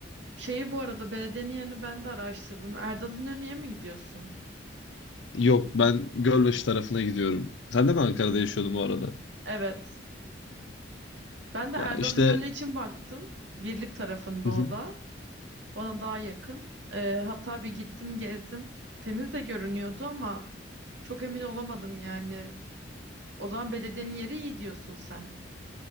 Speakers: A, on the right; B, on the left.
A: Şeyi bu arada belediyenin yerini ben de araştırdım. Erdal İnönü'ye mi gidiyorsun?
B: yok ben Gölbaşı tarafına gidiyorum. Sen de mi Ankara'da yaşıyordun bu arada?
A: Evet. Ben de Erdal
B: Ya işte
A: İnönü için baktım. Birlik tarafında
B: <laughs>
A: o da. Bana daha yakın. Ee, hatta bir gittim gezdim. Temiz de görünüyordu ama çok emin olamadım yani. O zaman belediyenin yeri iyi diyorsun sen.